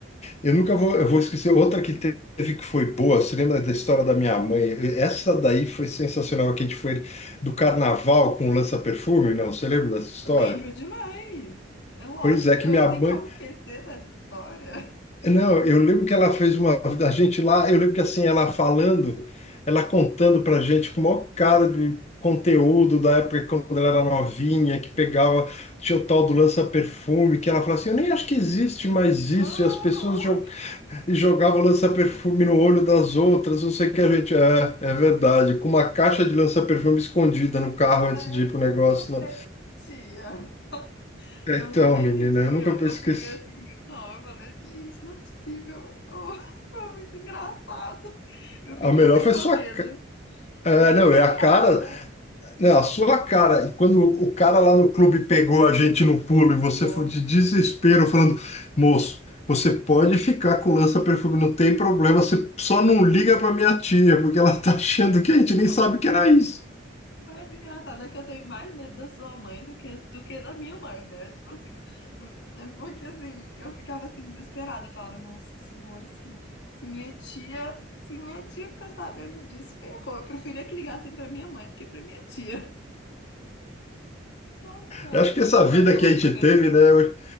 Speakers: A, on the left; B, on the left.
A: Eu nunca vou, eu vou esquecer outra que teve que foi boa. Você lembra da história da minha mãe? Essa daí foi sensacional, que a gente foi do carnaval com o lança-perfume, não? Você lembra dessa
B: <laughs>
A: história?
B: Lembro demais. É lógico
A: Pois é, que
B: que eu
A: minha
B: não tenho
A: mãe.
B: como esquecer dessa história.
A: Não, eu lembro que ela fez uma. A gente lá, eu lembro que assim, ela falando, ela contando pra gente com o maior cara de conteúdo da época quando ela era novinha, que pegava, tinha o tal do lança-perfume, que ela falava assim: eu nem acho que existe mais isso,
B: <laughs> Aham,
A: e as pessoas e jogava lança-perfume no olho das outras. Não sei o que a gente é, é verdade. Com uma caixa de lança-perfume escondida no carro antes
B: é
A: de ir pro negócio
B: isso
A: lá.
B: mesmo, tia.
A: Então,
B: Nossa, nesse
A: menina,
B: dia
A: eu nunca vou
B: eu
A: esquecer.
B: fiquei assim, não, eu falei, gente, não é possível. Oh, <laughs> foi muito engraçado. Eu
A: A
B: fiquei
A: melhor
B: até
A: foi
B: com
A: sua.
B: medo.
A: ca- É,
B: Você viu
A: não,
B: minha
A: é a
B: cara,
A: cara.
B: né?
A: Não, a sua cara. E Quando o cara lá no clube pegou a gente no pulo e você
B: Nossa.
A: foi de desespero falando, moço, você pode ficar com lança-perfume, não tem problema. Você só não liga pra minha tia, porque ela tá achando que a gente nem
B: Não.
A: sabe que era isso.
B: O mais engraçado é que eu tenho mais medo da sua mãe do que, do que da minha mãe, né? Tipo assim, hum, porque assim, eu ficava assim desesperada, eu falava, nossa senhora, assim, se minha tia, se minha tia ficar sabendo disso, ferrou. Eu preferia que ligassem pra minha mãe do que pra minha tia. <laughs> Nossa senhora,
A: Eu
B: mas
A: acho que
B: essa
A: essa
B: história
A: vida
B: do
A: que
B: lança-perfume,
A: a gente teve, né, hoje,